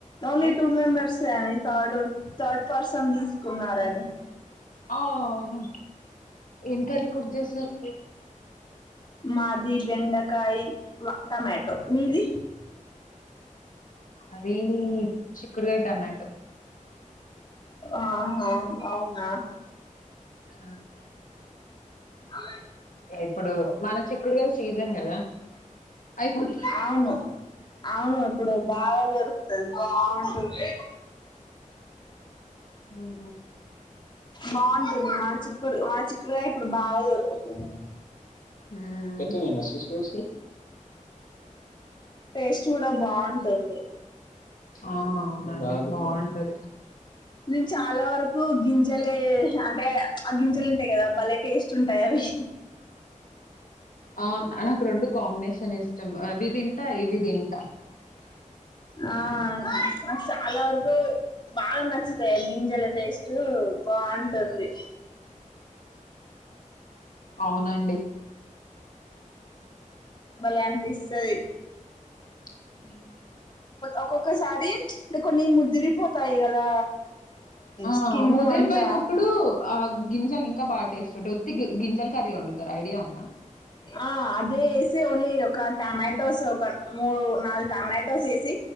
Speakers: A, on the left (about 35°); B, on the left (about 80°).
A: only
B: right?
A: Two మెంబర్సే అని థర్డ్ థర్డ్ పర్సన్ తీసుకున్నారని
B: ఔను. ఏం కర్రీ కుక్ చేసారు.
A: మాది బెండకాయ, టమాటో. మీది
B: అదీ చిక్కుడుగాయ టమాటో
A: ఆ అవునా
B: ఆ
A: అలా
B: ఇప్పుడు మన చిక్కుడుగాయ సీజన్ కదా అయిపోద్
A: అవును అవును ఇప్పుడు బాగా దొరుకుతది బాగుంటుంది
B: మ్మ్ హ్
A: బాగుంటుంది మన చిక్కుడు మన చిక్కుడుగాయ ఇప్పుడు బాగా దొరుకుతుంది
B: మ్మ్
A: టేస్ట్ కూడా బాగుంటుంది
B: ఆ బాగుంటది
A: నేను చాలా వరకు గింజలే అంటే ఆ గింజలు ఉంటాయి కదా భలే టేస్ట్ ఉంటాయి అవి
B: ఆ అనక్ రెండు కాంబినేషన్ ఇష్టం ఇవి తింటా ఇవి తింటా
A: ఆ చాలా వరకు బాగా నచ్చుతాయి గింజల టేస్ట్ బాగుంటుంది
B: అవునండి
A: భలే అనిపిస్తది
B: హ
A: ఒక్కొక్కసారి ప్చ్ అంటే కొన్ని ముదిరిపోతాయి కదా
B: ఆ
A: స్కిన్
B: ముదిరిపోయినప్పుడు
A: అంతా
B: ఆ గింజలు ఇంకా బాగా టేస్ట్ ఒత్తి గింజలు కర్రీ వండుతారు ఐడియా వుందా
A: ఆ అదే వేసి ఓన్లీ ఒక టమాటోస్ ఒక మూడు నాలుగు టమాటోస్ వేసి